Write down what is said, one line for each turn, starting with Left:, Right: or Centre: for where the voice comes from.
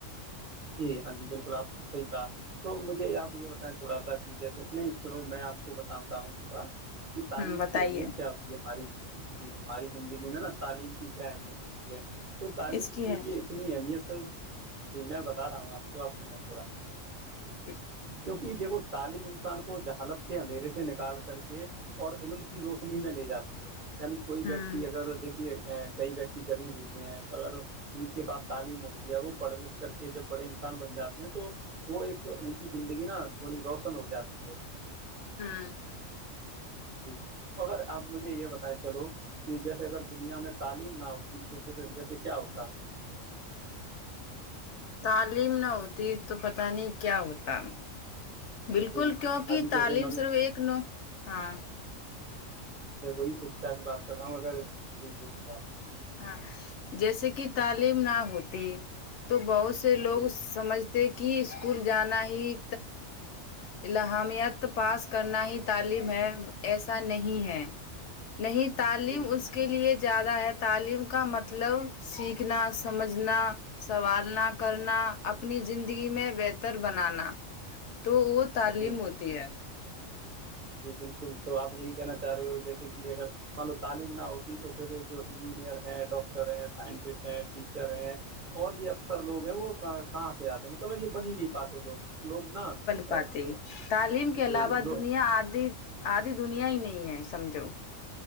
Right: جی ہاں جی بالکل آپ نے صحیح کہا تو مجھے آپ یہ بتائیں تھوڑا سا کہ جیسے نہیں چلو میں آپ کو بتاتا ہوں تھوڑا تعلیم
Left: ہوں بتائیے
Right: کی اہمیت کیا ہوتی ہے ہماری جی ہماری زندگی میں نا تعلیم کی کیا اہمیت ہوتی ہے تو تعلیم
Left: اس
Right: کی دیکھیے
Left: ہے
Right: اتنی اہمیت جی میں بتا بتا رہا ہوں آپ کو آپ سنا تھوڑا
Left: ٹھ
Right: کیونکہ دیکھو تعلیم انسان کو جہالت کے اندھیرے سے نکال کر کے اور علم کی روشنی میں لے جاتی ہے یعنی کوئی
Left: ہوں
Right: ویکتی اگر دیکھیے کئی ویکتی غریب ہوتے ہیں اگر ان کے پاس تعلیم ہوتی ہے وہ پڑھ لکھ کر کہ جب بڑے انسان بن جاتے ہیں تو وہ ایک ان کی زندگی نا تھوڑی روشن ہو جاتی ہے
Left: ہاں
Right: جی اگر آپ مجھے یہ بتائیں چلو کہ جیسے اگر دنیا میں تعلیم نہ ہوتی تو پھر جیسے کیا ہوتا
Left: تعلیم نہ ہوتی تو پت نہیں کیا ہوتا بالکل
Right: جی
Left: کیوںکہ
Right: ہاں جی
Left: تعلیم
Right: جیسے مان لیں
Left: صرف ایک نو ہاں
Right: میں وہی شکچھا کی بات کر رہا ہوں اگر جی بولیے آپ
Left: ہاں جیسے کہ تعلیم نہ ہوتی تو بہت لوگ
Right: جی
Left: سمجھتے کہ کہ اسکول جانا ہی احامیت پاس کرنا ہی تعلیم ہے ایسا نہیں ہے نہیں تعلیم
Right: جی
Left: اس
Right: جی
Left: کے لیے زیادہ ہے تعلیم کا مطلب سیکھنا سمجھنا سنوالنا کرنا اپنی زندگی میں بہتر بنانا تو وہ تعلیم
Right: جی
Left: ہوتی
Right: بالکل
Left: ہے
Right: جی بالکل تو آپ یہی کہنااہ رہے ہو جیسے کہ اگر مان لو تعلیم نہ ہوتی تو پھر جو انجینئر ہے ڈاکٹر ہیں سائنٹسٹ ہیں ٹیچر ہیں اور یہ افسر لوگ ہیں وہ کہاں سے آتے مطلب یہ بن نہیں پاتے لوگ لوگ نا جی
Left: پات تعلیم کے علاوہ
Right: جی لوگ
Left: دنیا آدی سادھی دنیا ہی نہیں ہے سمجھو